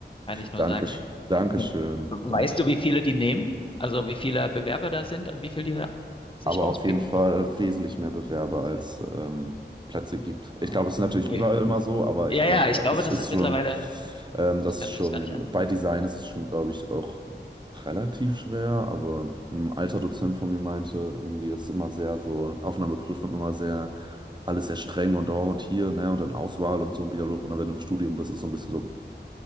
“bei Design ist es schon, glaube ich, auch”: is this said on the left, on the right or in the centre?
Right